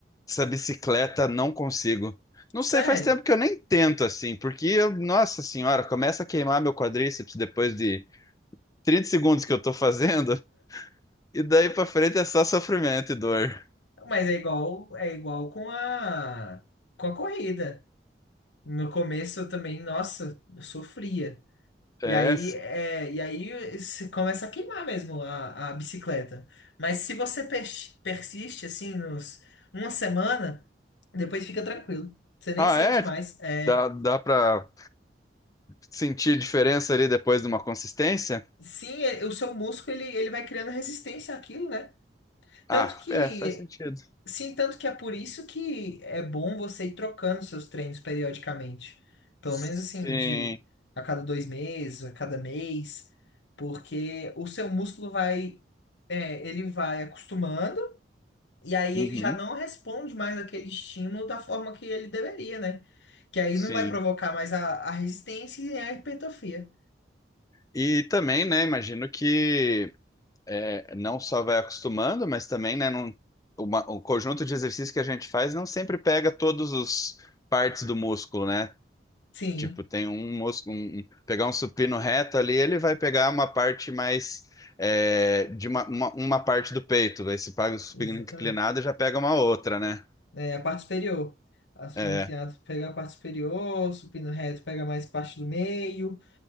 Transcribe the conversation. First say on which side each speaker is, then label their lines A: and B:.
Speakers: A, on the left; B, on the left.
A: Essa bicicleta não consigo. Não
B: Sério.
A: sei, faz tempo que eu nem tento assim, porque, eu- nossa senhora, começa a queimar meu quadríceps depois de 30 segundos que eu tô fazendo, e daí pra frente é só sofrimento e dor.
B: Mas é igual, é igual com a com a corrida. No começo eu também, nossa, eu sofria. E
A: É.
B: aí, é, e aí se começa a queimar mesmo a, a bicicleta. Mas se você pers- persiste assim nos uma semana, depois fica tranquilo. Você nem
A: Ah,
B: sente
A: é?
B: mais. É,
A: Dá, dá pra sentir diferença ali depois de uma consistência?
B: sim, é- o seu músculo ele, ele vai criando resistência àquilo, né? Tanto
A: Ah,
B: que
A: é, faz sentido.
B: sim, tanto que é por isso que é bom você ir trocando seus treinos periodicamente. Pelo
A: Sim.
B: menos assim, de a cada dois meses, a cada mês, porque o seu músculo vai É, ele vai acostumando e aí
A: Uhum,
B: ele já não responde mais aquele estímulo da forma que ele deveria, né? Que aí
A: sim.
B: não vai provocar mais a, a resistência e nem a hipertrofia.
A: E também, né, imagino que é, não só vai acostumando, mas também, né, não, uma, o conjunto de exercícios que a gente faz não sempre pega todos os partes do músculo, né?
B: Sim,
A: Tipo, tem um músculo, um- um- pegar um supino reto ali, ele vai pegar uma parte mais é, de uma, uma, uma parte do peito. Aí se paga o supino
B: exatamente.
A: inclinado, já pega uma outra, né?
B: É, a parte superior. A supino
A: É,
B: inclinado pega a parte superior, o supino reto pega mais parte do meio,